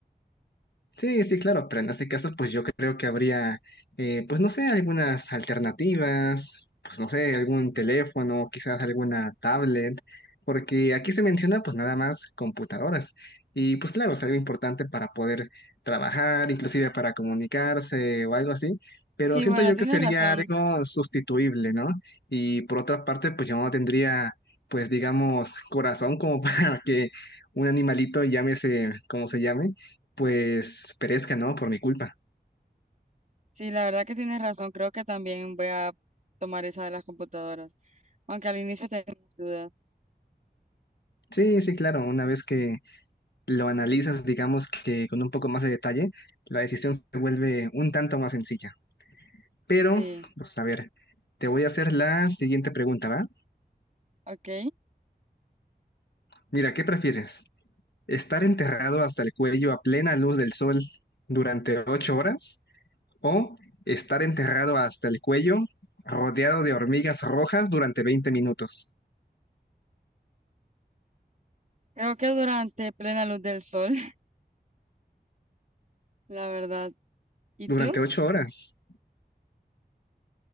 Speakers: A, on the left; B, on the right.
A: Sí, sí, claro, pero en este caso, pues yo creo que habría, eh, pues no sé, algunas alternativas, pues no sé, algún teléfono, quizás alguna tablet, porque aquí se menciona pues nada más computadoras. Y pues claro, es algo importante para poder trabajar, inclusive para comunicarse o algo así, pero
B: Sí,
A: siento
B: bueno,
A: yo
B: tienes
A: que sería
B: razón.
A: algo sustituible, ¿no? Y por otra parte, pues yo no tendría, pues digamos, corazón como <laughs> para que un animalito, llámese como se llame pues perezca, ¿no? Por mi culpa.
B: Sí, la verdad que tienes razón. Creo que también voy a tomar esa de las computadoras, aunque al inicio tenía mis dudas.
A: Sí, sí, claro, una vez que lo analizas, digamos que con un poco más de detalle, la decisión se vuelve un tanto más sencilla. Pero,
B: Sí,
A: pues a ver, te voy a hacer la siguiente pregunta, ¿va?
B: ok.
A: Mira, ¿qué prefieres? ¿Estar enterrado hasta el cuello a plena luz del sol durante ocho horas? ¿O estar enterrado hasta el cuello rodeado de hormigas rojas durante 20 minutos?
B: Creo que durante plena luz del sol, <laughs> la verdad. ¿Y
A: Durante
B: tú?
A: ocho horas.